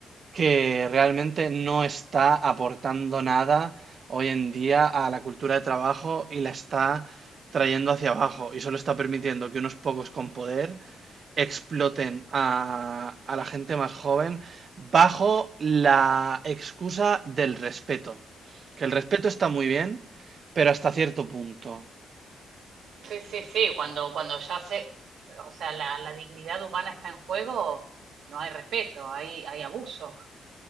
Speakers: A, on the right (about 50°); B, on the right (about 70°).
A: que realmente no está aportando nada hoy en día a la cultura de trabajo y la está trayendo hacia abajo y solo está permitiendo que unos pocos con poder exploten a, a la gente más joven bajo la excusa del respeto. Que el respeto está muy bien, pero hasta cierto punto.
B: Sí, sí, sí, cuando, cuando ya se, o sea, la, la dignidad humana está en juego, no hay respeto, hay, hay abuso.